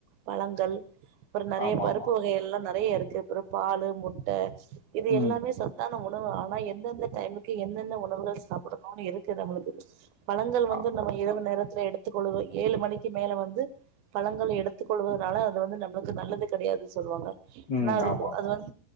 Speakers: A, on the right (about 80°); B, on the left (about 50°).
A: பழங்கள் அப்புறம் நறைய
B: ஆமா
A: பருப்பு
B: ஆமா
A: வகைகள்ல்லா நல் நய் அருக்கு ப்ரோ பாலு முட்ட இது
B: ம்
A: எல்லாமே சத்தா உணவு ஆனா எந்தெந்த டைமுக்கு எந்தெந்த உணவுகள் சாப்படணுன் இருக்கு நம்மளுக்கு பழங்கள் வந்து
B: ஆ
A: நம்ம இரவு நேரத் த எடுத்துக்கொள்ளுங்க ஏழு மணிக்கு மேல வந்து பழங்கள எடுத்துக் கொள்வதுனால அது வந்து நம்மளுக்கு நல்லது கிடையாது சொல்வாங்க
B: ம்
A: ன்ன அது
B: ஆமா
A: கூ
B: ஆமா
A: அது வந்